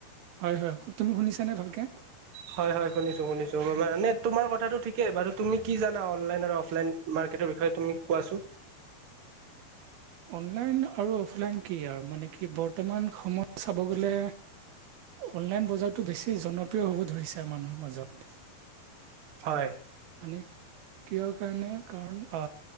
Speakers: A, on the right (about 75°); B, on the right (about 45°).
A: হয় হয় তুমি শুনিছানে ভালকে।
B: হয় হয় শুনিছো শুনিছো মানে তোমাৰ কথাটো ঠিকেই বাৰু তুমি কি জানা অনলাইন আৰু অফলাইন। মাৰ্কেটৰ বিষয়ে তুমি কোৱাচোন।
A: অনলাইন আৰু অফলাইন কি, আৰু মানে কি বৰ্তমান সময়ত চাব গ'লে। অনলাইন বজাৰটো বেছি জনপ্ৰিয় হ'ব ধৰিছে মানুহৰ মাজত।
B: হয়।
A: মানে কিহৰ কাৰণে কাৰণ। অ